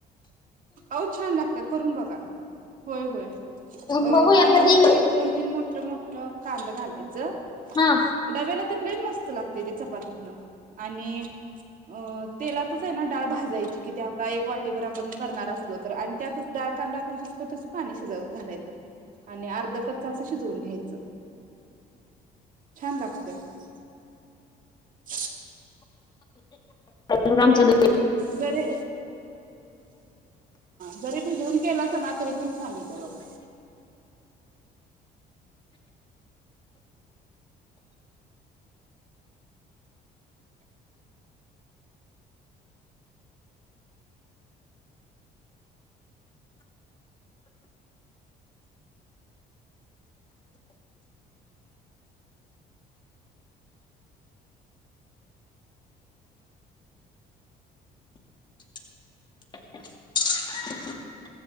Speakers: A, on the right (about 50°); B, on the left (about 25°).
A: ओ छान लागतिया करून बघा. होय होय
B: बघू
A: कांदा
B: एखादी
A: बकळ एक, दोन, तीन मोठ-मोठ कांदं घालायचं
B: हा
A: डब्याला तेन लई मस्त लागतय ते चपातीतनं आणि अ तेलातच आहे ना डाळ भाजायची किती आपला एक वाटीवर आपण करणार असलो तर आणि त्यातच डाळ कांदा आपण कस करतो तस पाणी शिजत घालायचं आणि अर्ध कच्च अस शिजवून घ्यायचं <inaudible> छान लागतया. <inaudible>
B: <unintelligible> रामचंद्
A: जरी, जरी भिजवून केलासा ना तरी पण छान होतोय बघा.
B: <inaudible>